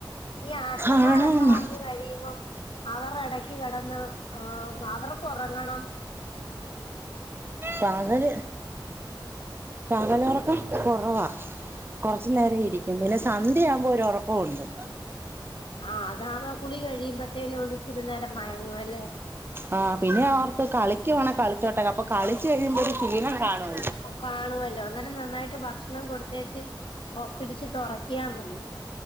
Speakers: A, on the left; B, on the right.
A: ഈ ആച്ചന്മാരൊക്കെ
B: ആണോന്ന്
A: വ കഴിയുമ്പം അവർടെ ഇടക്ക്കെടന്ന് അവർക്ക് ഉറങ്ങണം
B: പകല് പകലൊറക്കം കൊറവാ കൊറച്ച് നേരം ഇരിക്കും പിന്നെ സന്ധ്യാവുമ്പൊ ഒരു ഉറക്കമുണ്ട്
A: ആഹ് അതാവാ കുളി കഴിയുമ്പത്തേനും ഒന്നിച്ചിരി നേരം മയങ്ങും അല്ലെ
B: ആ പിന്നെഓർത്ത് കളിക്കുവാണെ കളിച്ചോട്ടേ അപ്പൊ കളിച്ച് കഴിയുമ്പൊ ഒരു ക്ഷീണം കാണോ ള്ളൂ
A: കാണുവല്ലോ അന്നേരം നന്നായിട്ട് ഭക്ഷണം കൊടുത്തേച്ച് ഒപ്പിടിച്ചിട്ട് ഒ റക്കിയാൻ മതി